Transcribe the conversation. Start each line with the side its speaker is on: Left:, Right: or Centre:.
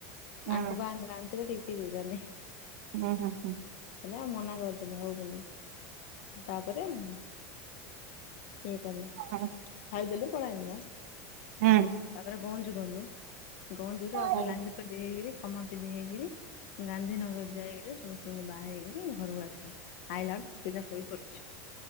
Right: ହୁଁ
Left: ଆଙ୍କ ବାହାନ ରେ ଆଣିଥିଲେ ଟିପି ଦେଇ ଦେଲେ
Right: ହୁଁ ହୁଁ ହୁଁ
Left: ହେଲେ ଆଉ ମନା କରିଦେଲେ ହଉ ବୋଲି ତାପରେ ଉ ଇଏ କଲେ
Right: ହୁଁ ହୁଁ
Left: ଖାଇଦେଲି ପଳେଇ ଆଇଲି
Right: ହୁଁ
Left: ତାପରେ ଗଞ୍ଜ ଗଲୁ ଗଞ୍ଜରୁ ଆଉଥ
Right: ହୁଁ ହୁଁ ହୁଁ ହୁଁ ହୁଁ ହୁଁ ହୁଁ ହୁଁ
Left: ଲାଞ୍ଜି ପଲି ହେଇକରି କମାପଲି ହେଇକରି ଗାନ୍ଧୀିନଗର ଯାଇକଲେ ସବୁ ସି ବାହାରିକରି ଘରକୁ ଆସିଲେ ଆାଇଲା ବେଳୁ ସେ ପିଲାଶୋଇ ପଡ଼ିଛି <inaudible>